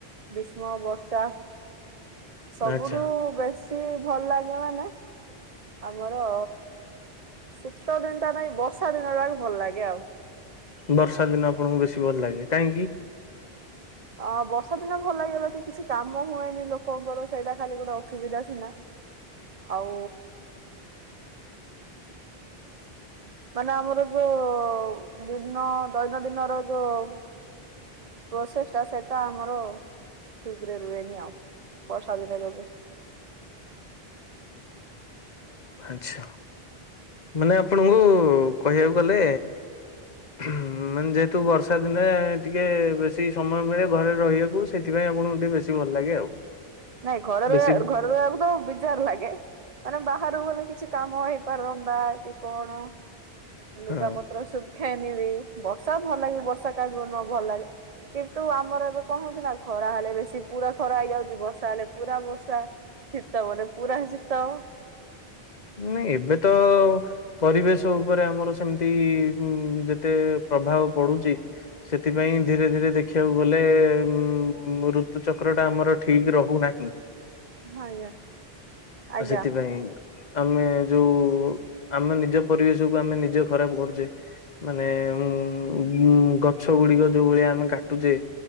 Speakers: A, on the right; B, on the left.
A: ଗ୍ରୀଷ୍ମ ବର୍ଷା ସବୁଠୁ
B: ଆଚ୍ଛା
A: ବେଶୀ ଭଲ ଲାଗେ ମାନେ ଆମର ଶୀତ ଦିନ ଟା ନାଇଁ ବର୍ଷା ଦିନଟାକ ଭଲ ଲାଗେ ଆଉ।
B: ବର୍ଷା ଦିନ ଆପଣଙ୍କୁ ବେଶୀ ଭଲ ଲାଗେ କାହିଁକି?
A: ଅ ବର୍ଷା ଦିନ ଭଲ ଲାଗିବ କି କିଛି କାମ ହୁଏନି ଲୋକଙ୍କର ସେଇଟା ଖାଲି ଗୋଟେ ଅସୁବିଧା ସିନା ଆଉ ମାନେ ଆମର ଯୋଉ ଭିନ୍ନ ଦୈନନ୍ଦିନର ଯୋଉ ପ୍ରୋସେସ ଟା ସେଇଟା ଆମର ଠିକରେ ରୁହେନି ଆଉ ବର୍ଷା ଦିନେ ଯଦି
B: ଆଛା ମାନେ ଆପଣଙ୍କୁ କହିବାକୁ ଗଲେ ହୁଁ ମାନେ ଯେହେତୁ ବର୍ଷା ଦିନେ ଟିକେ ବେଶୀ ସମୟ ମିଳେ ଘରେ ରହିବାକୁ ସେଥିପାଇଁ ଆପଣଙ୍କୁ ଟିକେ ବେଶୀ ଭଲ ଲାଗେ ଆଉ।
A: ନାଇଁ ଘରରେ
B: ବେଶୀ
A: ଘରେ ରହିଆକୁ ତ ବିସ ଚାର ଲାଗେ ମାନେ ବାହାରକୁ ଗଲେ କିଛି କାମ ହେଇପାରନ୍ତା ବା କି କଣ ଲୁଗା
B: ହଁ
A: ପତ୍ର ସୁୁଖାଇନ ବିି ବର୍ଷା ଭଲ ଲାଗେ ବର୍ଷା କାହାକୁ ନ ଭଲ ଲାଗେ। କିନ୍ତୁ ଆମର ଏବେ କଣ ହଉଛି ନା ଖରା ହେଲେ ବେଶୀ ପୁରା ଖରା ହେଇଯାଉଛି ବର୍ଷା ତାଲେ ପୁରା ବର୍ଷା ଶୀତ ବୋଲେ ପୁରା ଶୀତ
B: ନାଇଁ ଏବେ ତ ପରିବେଶ ଉପରେ ଆମର ସେମିତି ଉଁ ଯେତେ ପ୍ରଭାବ ପଡୁଚି। ସେଥିପାଇଁ ଧୀରେ ଧୀରେ ଦେଖିବାକୁ ଗଲେ ଉଁଉଁ ଋତୁଚକ୍ର ଟା ଆମର ଠିକ ରହୁନାହିଁ।
A: ଆଜ୍ଞା ଆଜ୍ଞା
B: ସେଥିପାଇଁ ଆମେ ଯୋଉ ଆମେ ନିଜ ପରିବେଶ କୁ ଆମେ ନିଜେ ଖରାପ କରୁଛେ। ମାନେ ଉଁଉ ଗଛ ଗୁଡିକ ଯୋଉ ଭଳିଆ ଆମେ କାଟୁଚେ